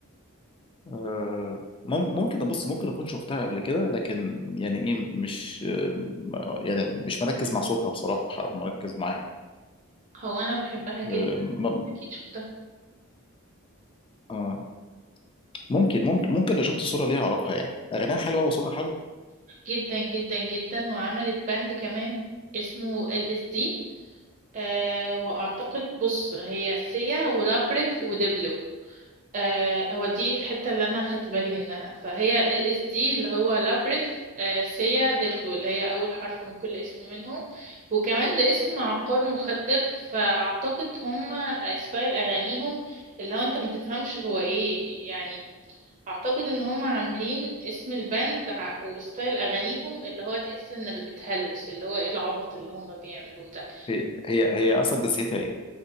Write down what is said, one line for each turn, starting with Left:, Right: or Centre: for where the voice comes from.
Left: آه، مم- ممكن أبص ممكن أكون شفتها قبل كده لكن يعني إيه مش آه، يعني مش مركز مع صوتها بصراحة أو مركز معاها
Right: هو أنا بحبها جدا
Left: آه، م-
Right: أكيد شفتها
Left: آه، ممكن ممكن ممكن لو شفت صورة ليها أعرفها يعني أغانيها حلوة وصوتها حلو
Right: جدا جدا جدا وعملت باند كمان اسمه ال اس دي أه وأعتقد بص هي سيا ولابريث ودبلو آه هو دي الحتة اللي أنا خدت بالي منها فهي ال اس دي اللي هو لابريث آه سيا ديبلو اللي هي أول حرف من كل اسم منهم وكمان ده اسم عقار مخدر فأعتقد هم ستايل أغانيهم اللي هو أنت ما تفهمش هو إيه يعني أعتقد إن هم عاملين اسم الباند ع- وستايل أغانيهم اللي هو تحس إنك بتهلوس اللي هو إيه العبط اللي هم بيعملوه ده
Left: هي هي هي اصلا جنسيتها ايه